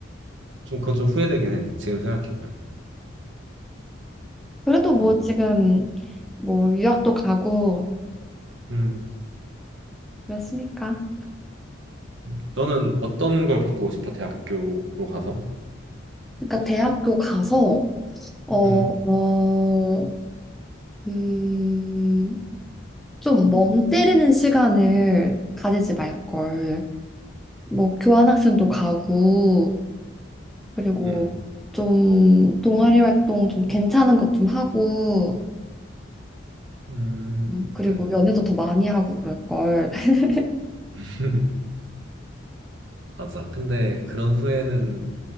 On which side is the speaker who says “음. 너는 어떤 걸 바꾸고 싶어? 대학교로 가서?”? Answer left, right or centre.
Right